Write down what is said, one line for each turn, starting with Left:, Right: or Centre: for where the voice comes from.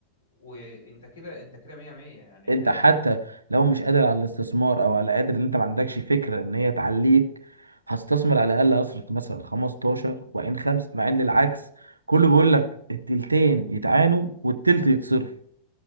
Left: وانت كده انت كده مية مية يعني
Right: انت
Left: فاهمني
Right: حتى لو مش قادر على الاستثمار او على قادر ان انت ما عندكش فكره ان هي تعليك هستثمر على الاقل اصرف مثلا 15 وعين خمسه مع ان العكس كله بيقول لك التلتين يتعانوا والتلت يتصرف